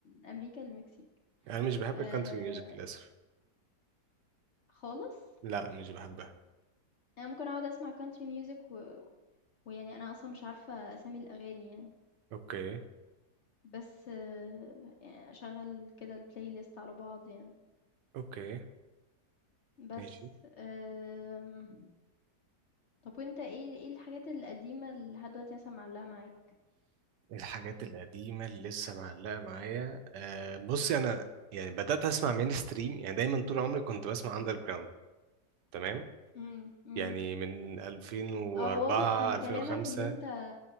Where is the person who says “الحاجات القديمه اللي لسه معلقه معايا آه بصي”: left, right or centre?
Right